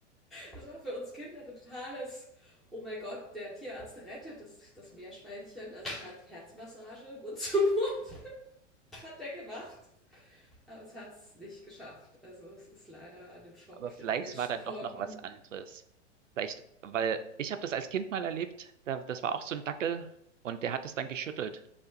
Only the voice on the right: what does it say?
Aber vielleicht
war dann doch noch was anderes. Vielleicht, weil ich habe das als Kind mal erlebt, da, das war auch so ein Dackel und der hat es dann geschüttelt.